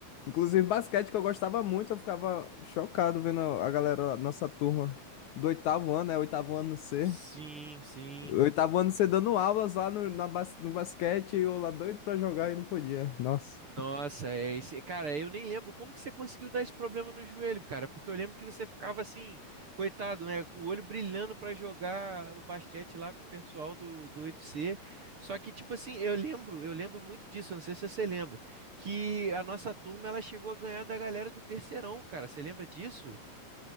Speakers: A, on the left (about 70°); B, on the right (about 45°).
A: Inclusive basquete que eu gostava muito, eu ficava chocado vendo a galera, a nossa turma do oitavo ano, é oitavo ano C.
B: Sim, sim.
A: Oitavo ano C dando aulas lá no, na bas- no basquete e eu lá doido pra jogar e não podia. Nossa.
B: Nossa, é esse. Cara, eu nem lembro como que você conseguiu dar esse problema no joelho, cara, porque eu lembro que você ficava assim, coitado, né, com o olho brilhando pra jogar o basquete lá com o pessoal do, do 8C. Só que tipo assim, eu lembro, eu lembro muito disso, eu não sei se você lembra, que a nossa turma ela chegou a ganhar da galera do terceirão, cara. Você lembra disso?